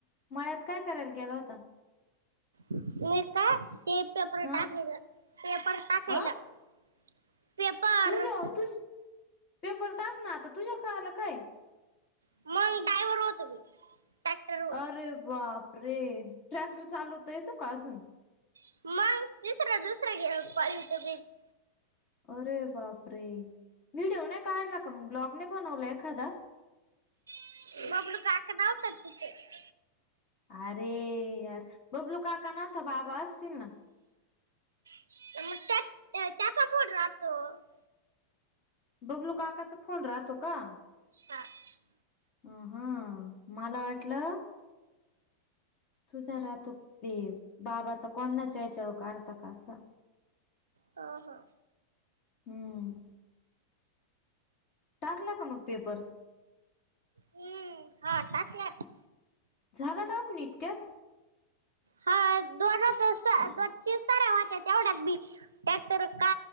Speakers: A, on the left (about 40°); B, on the right (about 70°).
A: मळ्यात काय करायला गेला होता?
B: <unintelligible>
A: हा अ
B: पेपर
A: तुझ्या तुझ पेपर टाक ना, आता तुझ्या व आलं काय?
B: <unintelligible> ट्रॅक्टर वर
A: अरे, बापरे! ट्रॅक्टर चालवता येतो का अजून?
B: <unintelligible>
A: अरे, बापरे व्हिडिओ नाही काढला का, मग ब्लॉग नाही बनवला एखादा.
B: <unintelligible>
A: अरे, यार बबलु काका नव्हता बाबा असतील ना.
B: <unintelligible>
A: बबलू काकाचा फोन राहतो का?
B: ह <unintelligible>
A: अ हा मला वाटलं. तुझ राहतो ते, बाबाचा कोणा चचाव काढता का असं.
B: अं, हा.
A: हम्म टाकला का मग पेपर?
B: हम्म हा टाकला ना.
A: झालं टाकूून इतक्यात.
B: हा दोनच अस.
A: ह <inaudible>
B: ते सरा वास ये, तेवढ्याच बी त्या तरर का